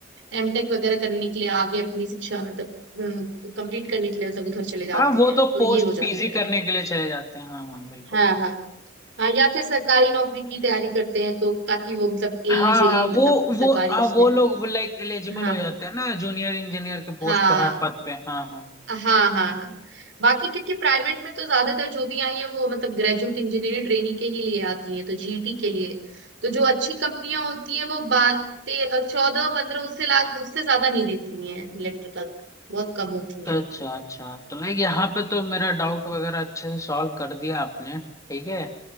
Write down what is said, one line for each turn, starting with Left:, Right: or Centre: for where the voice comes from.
Right: एमटेक वगैरह करने के लिए आगे अपनी शिक्षा मतलब कंप्लीट करने के लिए मतलब उधर चले जाते
Left: हाँ वो
Right: हैं
Left: तो
Right: तो
Left: पोस्ट
Right: ये हो
Left: पीजी
Right: जाता
Left: करने
Right: है
Left: के लिए चले जाते हैं हाँ हाँ बिल्कुल
Right: हाँ हाँ हाँ या फिर सरकारी नौकरी की तैयारी करते हैं तो ताकि वो मतलब एई
Left: हाँ
Right: जेई
Left: हाँ वो
Right: मतलब
Left: वो
Right: सरकारी
Left: हाँ
Right: उसमें
Left: वो लोग लाइक एलिजिबल
Right: हाँ
Left: हो जाते हैं ना जूनियर इंजीनियर के पोस्ट
Right: हाँ
Left: पे हर पद पे हाँ हाँ
Right: हाँ हाँ हाँ बाकी क्योंकि प्राइवेट में तो ज्यादातर जो भी आई है वो मतलब ग्रेजुएट इंजीनियरिंग ट्रेनी के ही लिए आती है तो जीटी के लिए तो जो अच्छी कंपनियां होती हैं वो बारह चौदह पंद्रह उससे लाख उससे ज्यादा नहीं देती हैं इलेक्ट्रिकल बहुत कम होती
Left: अच्छा
Right: हैं
Left: अच्छा अच्छा तो लाइक यहाँ पे तो मेरा डाउट वगैरह अच्छे से सॉल्व कर दिया आपने ठीक है